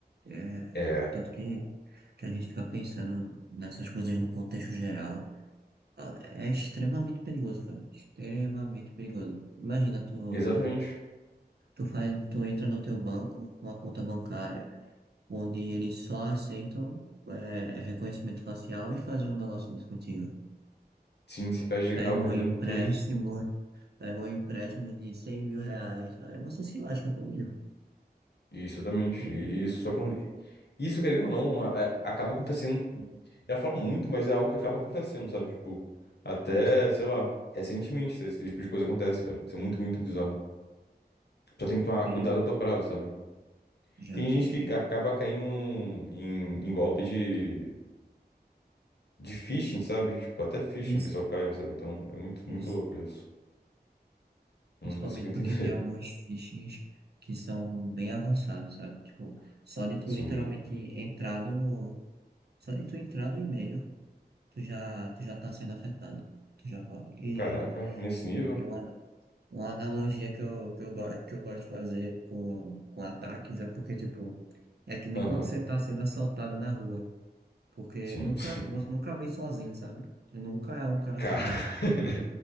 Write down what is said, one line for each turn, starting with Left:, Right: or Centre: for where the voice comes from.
Right: É,
Left: é
Right: tanto que que a gente fica pensando nessas coisas no contexto geral, ah, é extremamente perigoso, cara. Extremamente perigoso. Imagina, tu,
Left: Exatamente.
Right: tu faz, tu entra no teu banco, numa conta bancária, onde eles só aceitam é, reconhecimento facial e fazer um negócio desse contigo.
Left: Sim, se perde, acaba
Right: Pega
Left: perdendo
Right: um empréstimo,
Left: tudo.
Right: pega um empréstimo de cem mil reais. Aí você se lasca todo.
Left: Isso, exatamente.
Right: Tem
Left: E isso só acon- Isso, querendo ou não, a- a- acaba acontecendo. Eu falo muito, mas é algo que acaba acontecendo, sabe? Tipo, até,
Right: Isso,
Left: sei lá, recentemente esse esse tipo de coisa acontece. velho. Isso é muito, muito bizarro. Só tem que tomar
Right: tem
Left: cuidado dobrado, sabe?
Right: já,
Left: Tem gente
Right: tem
Left: que acaba caindo em, em golpe de, de phishing, sabe? Tipo, até phishing
Right: isso,
Left: o pessoal cai, sabe? Então, é muito,
Right: isso.
Left: muito louco isso. Não
Right: Principalmente
Left: consigo <laughs> entender.
Right: porque tem alguns phishings que são bem avançados, sabe? Tipo, só de tu
Left: Sim.
Right: literalmente entrar no. Só de tu entrar no e-mail, tu já, tu já tá sendo afetado. Tu já pode. E,
Left: Caraca, nesse nível?
Right: e uma, uma analogia que eu, que eu, go- que eu gosto de fazer com, com ataques é porque, tipo, é que nem
Left: Aham.
Right: quando você tá sendo assaltado na rua. Porque
Left: Sim.
Right: nunca,
Left: <laughs>
Right: você nunca vem sozinho, sabe? Tu nunca é um cara
Left: Cara.
Right: sozinho.
Left: <laughs>